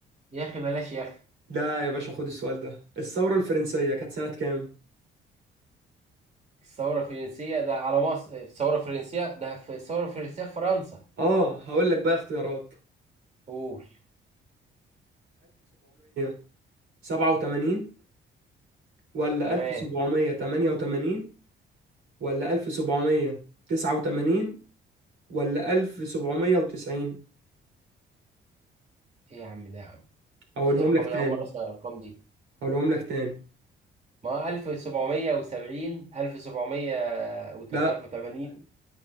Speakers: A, on the right; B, on the right.
A: يا اخي بلاش يا اخي
B: لا يا باشا خد السؤال ده الثوره الفرنسيه كانت سنه كام
A: الثوره الفرنسيه ده على مصر الثوره الفرنسيه ده في الثوره الفرنسيه في فرنسا
B: اه هقول لك بقى اختيارات
A: قول
B: 1787 ولا
A: تمام
B: 1788 ولا 1789 ولا 1790
A: ايه يا عم ده يا عم
B: أقولهم
A: ايه الارقام
B: لك تاني
A: اللي اول مره اسمع الارقام دي
B: أقولهم لك تاني
A: ما 1770 1700 وت-
B: لا
A: مش عارف 80